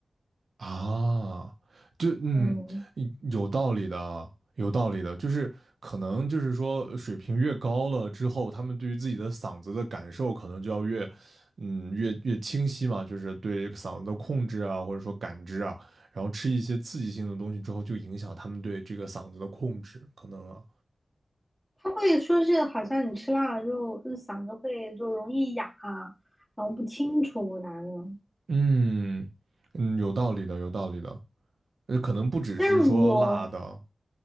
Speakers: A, on the right; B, in the centre.
A: 啊。对，嗯，
B: 嗯
A: 嗯有道理的，有道理的，就是可能就是说呃水平越高了之后，他们对于自己的嗓子的感受可能就要越，嗯，越越清晰嘛，就是对嗓子的控制啊，或者说感知啊，然后吃一些刺激性的东西之后，就影响他们对这个嗓子的控制，可能啊。
B: 他会说是好像你吃辣了之后，就嗓子会就容易哑啊，然后不清楚啥的。
A: 嗯嗯，有道理的，有道理的。呃，可能不只是说辣的，
B: 但是我，